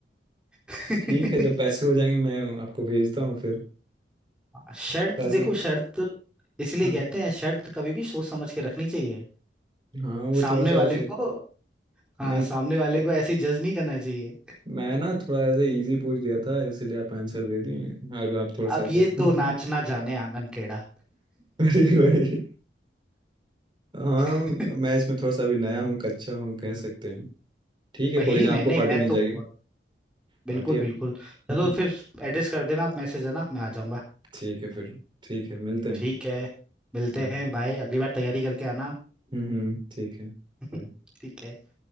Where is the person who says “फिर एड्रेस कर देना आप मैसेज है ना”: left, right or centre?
Centre